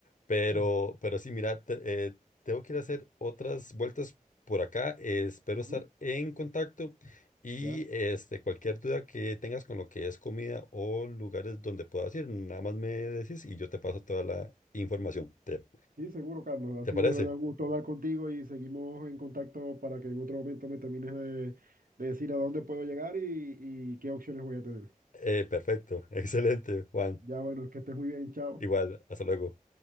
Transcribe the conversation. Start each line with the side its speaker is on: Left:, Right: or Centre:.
Left: Pero,
Right: Mm.
Left: pero sí, mira, te- eh, tengo que ir a hacer otras vueltas por acá. eh, espero
Right: Ujú,
Left: estar en contacto y
Right: ¿Ya?
Left: este, cualquier duda que tengas con lo que es comida o lugares donde puedas ir, nada más me decís y yo te paso toda la información. ¿Te,
Right: Sí, seguro, Carlos.
Left: te
Right: Ha sido
Left: parece?
Right: de verdad un gusto hablar contigo y seguimos en contacto para que en otro momento me termines de, de decir a dónde puedo llegar y, y qué opciones voy a tener.
Left: Eh, perfecto, <laughs> excelente, Juan.
Right: Ya bueno, que estés muy bien, chao.
Left: Igual, hasta luego.